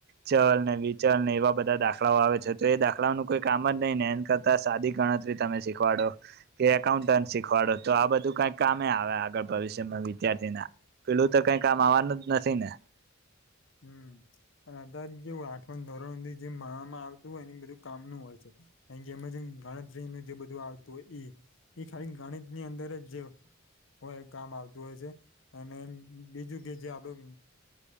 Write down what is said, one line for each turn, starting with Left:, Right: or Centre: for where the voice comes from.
Right: ચલ ને વિચલ ને એવા બધા દાખલાઓ આવે છે તો એ દાખલાઓનું કોઈ કામ જ. નઈને એમ કરતા સાદી ગણતરી તમે શીખવાડો. કે એકાઉન્ટન્ટ શીખવાડો તો આ બધું કઈ કમે આવે આગળ ભવિષ્યમાં વિદ્યાર્થી ના. પેલું તો કઈ કામ આવવાનું જ નથી ને.
Left: હમ અને અધા જેું આઠવાણ ધોરણધથી જે મામાં આવતું હોય એ બધું કામનું હોય છે. જેમ જે ગણતરીનું જે બધું આવતુંય ખાલી ગણતરીની અંદર જ. હોય એ કામ આવતું હોય છે અને બીજું કે જે આપડું